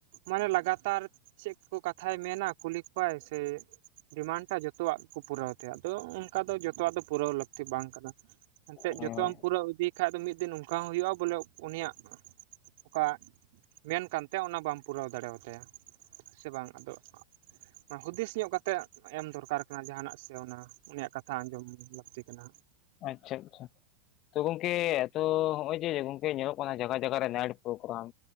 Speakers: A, on the right (about 50°); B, on the left (about 35°).
A: ᱢᱟᱱᱮ ᱞᱟᱜᱟᱛᱟᱨ ᱪᱮᱜ ᱠᱚ ᱠᱟᱛᱷᱟᱭ ᱢᱮᱱᱟ ᱠᱩᱞᱤ ᱠᱚᱣᱟᱭ ᱥᱮ ᱰᱤᱢᱟᱱᱛᱟᱭ ᱡᱚᱛᱚᱣᱟᱜ ᱠᱚ ᱯᱩᱨᱟᱹᱣ ᱛᱟᱭᱟ ᱟᱫᱚ ᱚᱝᱠᱟ ᱫᱚ ᱡᱚᱛᱚᱣᱟᱜ ᱫᱚ ᱯᱩᱨᱟᱹᱣ ᱞᱟᱹᱠᱛᱤ ᱵᱟᱝ ᱠᱟᱱᱟ ᱮᱱᱛᱮᱜ
B: ᱦᱳᱭ
A: ᱡᱚᱛᱚᱢ
B: ᱦᱳᱭ
A: ᱯᱩᱨᱟᱹᱣ ᱤᱫᱤᱭ ᱠᱷᱟᱡ ᱫᱚ ᱢᱤᱫ ᱫᱤᱱ ᱚᱱᱠᱟ ᱦᱚᱸ ᱦᱩᱭᱩᱜ-ᱟ ᱵᱚᱞᱮ ᱩᱱᱤᱭᱟᱜᱼᱼ ᱚᱠᱟ ᱢᱮᱱ ᱠᱟᱱ ᱛᱟᱭᱟ ᱚᱱᱟ ᱵᱟᱢ ᱯᱩᱨᱟᱹᱣ ᱫᱟᱲᱮᱭ ᱣᱟᱛᱟᱭᱟ ᱥᱮ ᱵᱟᱝ? ᱟᱫᱚ ᱟᱸᱜᱼᱼ ᱱᱟ ᱦᱩᱫᱤᱥ ᱧᱚᱜ ᱠᱟ ᱠᱟᱛᱮᱜ ᱮᱢ ᱫᱚᱨᱠᱟᱨ ᱠᱟᱱᱟ ᱡᱟᱦᱟᱸ ᱱᱟᱜ ᱥᱮ ᱚᱱᱟᱼᱼ ᱩᱱᱤᱭᱟᱜ ᱠᱟᱛᱷᱟ ᱟᱸᱡᱚᱢ ᱞᱟᱠᱛᱤ ᱠᱟᱱᱟ᱾
B: ᱟᱪᱪᱷᱟ ᱟᱪᱪᱷᱟ ᱛᱚ ᱜᱚᱝᱠᱮ ᱮᱛᱚ ᱦᱚᱸᱜ-ᱚᱭ ᱡᱮ ᱜᱚᱝᱠᱮ ᱧᱮᱞᱚᱜ ᱠᱟᱱᱟ ᱡᱟᱜᱟ ᱡᱟᱜᱟ ᱨᱮ ᱱᱟᱭᱤᱴ ᱯᱨᱳᱜᱽᱨᱟᱢ᱾